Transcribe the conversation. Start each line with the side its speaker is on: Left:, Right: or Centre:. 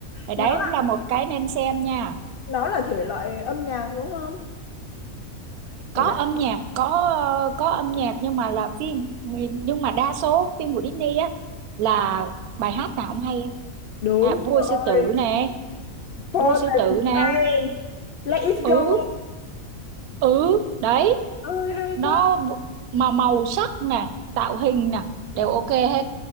Right: thì
Left: nó
Right: đấy cũng là một cái nên xem nha
Left: nó là thể loại âm nhạc đúng không
Right: có
Left: thể loại
Right: âm nhạc có ờ, có âm nhạc nhưng mà là phim nhưng mà đa số phim của Disney á là bài hát nào cũng hay á.
Left: đúng
Right: à, Vua Sư
Left: rồi
Right: Tử nè
Left: for
Right: đuôi sư tử
Left: the Sky
Right: này
Left: let it
Right: ừ
Left: go
Right: ừ đấy
Left: ơi hay
Right: nó
Left: quá
Right: v- mà màu sắc nè tạo hình nè đều ok hết